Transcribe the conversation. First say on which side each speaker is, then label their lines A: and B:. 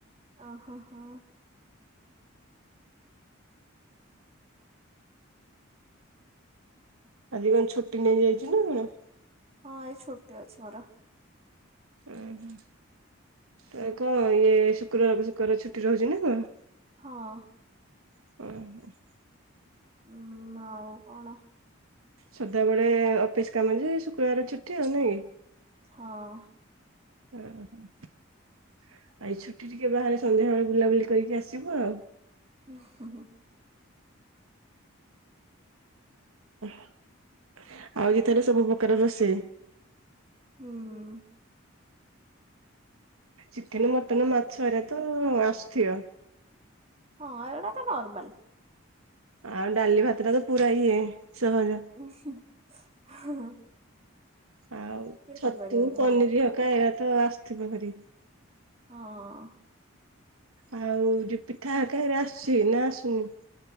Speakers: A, on the right; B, on the right.
A: ଅ ହୋ ହୋ
B: ଆଜି କଣ ଛୁଟି ନେଇଯାଇଚିନା କଣ?
A: ହଁ ଏଇ ଛୁଟି ଅଛି ମୋର।
B: ଅଁ ହଁ ତ କଣ ଇଏ ଶୁକ୍ରବାରକୁ ଶୁକ୍ରବାର ଛୁଟି ରହୁଛିନା କଣ?
A: ହଁ।
B: <unintelligible>
A: ଉୁଁ ଆଉ କଣ?
B: ସଦାବେଳେ ଅଫିସ କାମଯେ ଶୁକ୍ରବାରେ ଛୁଟି ଆଉ ନୁହେଁକି।
A: ହଅ।
B: ଓହୋ ଆୟ ଛୁଟି ଟିକିଏ ବାହାରେ ସନ୍ଧ୍ୟାବେଳେ ବୁଲାବୁଲି କରିକି ଆସିବୁ ଆଉ
A: ଉୁଁ ହୁଁ ହୁଁ
B: <unintelligible> ଆଉ ଇଏତାର ସବୁ ପ୍ରକାର ରୋଷେଇ।
A: ଉୁଁ।
B: ଚିକେନ ମଟନ ମାଛ ଏରାତ ଆସୁଥିବ।
A: ହଁ ଏଇଗୁଡାତ ନର୍ମାଲ।
B: ଆଉ ଡାଲି ଭାତଟାତ ପୁରା ଇଏ ସହଜ।
A: ଉୁଁ ହିଁ ହଁ ହଁ
B: ଆଉ ଛତୁ
A: କରିପାରିବନି
B: ପନିର
A: ଘର
B: ହକା ଏରାତ ଆସିଥିବ କରି।
A: ହଁ।
B: ଆଉ ଯୋଉ ପିଠା ହେରିକା ଆସୁଛି ନା ଆସୁନି